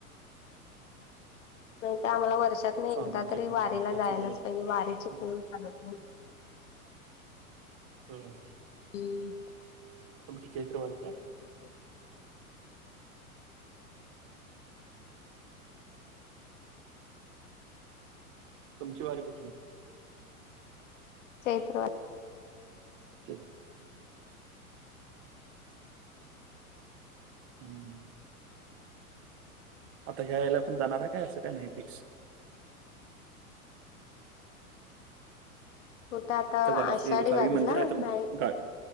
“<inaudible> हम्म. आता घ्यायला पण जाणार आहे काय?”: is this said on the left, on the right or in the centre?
Right